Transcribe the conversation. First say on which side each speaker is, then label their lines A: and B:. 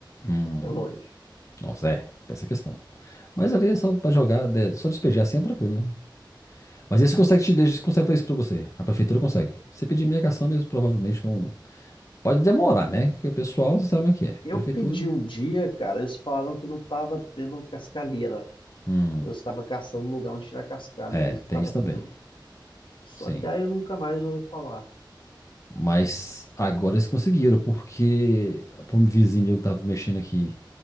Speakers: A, on the left; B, on the left.
A: Hum.
B: é longe.
A: Nossa, é. Tem essa questão. Mas ali é só pra jogar, de- só despejar assim é tranquilo, né? Mas esse consegue te deixa, consegue fazer isso pra você. A prefeitura consegue. Se pedir minha cação, eles provavelmente vão. Pode demorar, né? Porque o pessoal, você sabe como é que é.
B: Eu
A: Prefeitura.
B: pedi um dia, cara, eles falaram que não estava tendo cascalheira.
A: Hum.
B: Eu estava caçando um lugar onde tirar cascalho,
A: É,
B: que eles não estavam
A: tem isso também.
B: tendo. Só
A: Sim.
B: que aí eu nunca mais ouvi falar.
A: Mas agora eles conseguiram, porque pô, um vizinho meu que tava mexendo aqui.